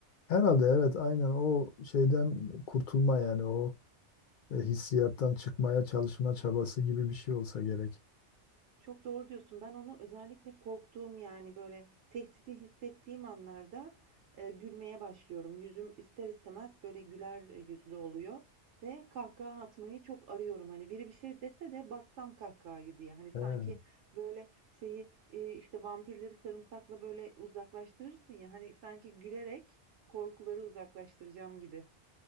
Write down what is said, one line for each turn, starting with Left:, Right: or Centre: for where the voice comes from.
Left: Herhalde evet aynen o şeyden kurtulma yani o e, hissiyattan çıkmaya çalışma çabası gibi bir şey olsa gerek.
Right: Çok doğru diyorsun. Ben onu özellikle korktuğum yani böyle tehdidi hissettiğim anlarda e, gülmeye başlıyorum. Yüzüm ister istemez böyle güler yüzlü oluyor ve kahkaha atmayı çok arıyorum. Hani biri bir şey dese de bassam kahkahayı diye. Hani sanki
Left: He,
Right: böyle şeyi e, işte vampirleri sarımsakla böyle uzaklaştırırsın ya. Hani sanki gülerek korkuları uzaklaştıracağım gibi.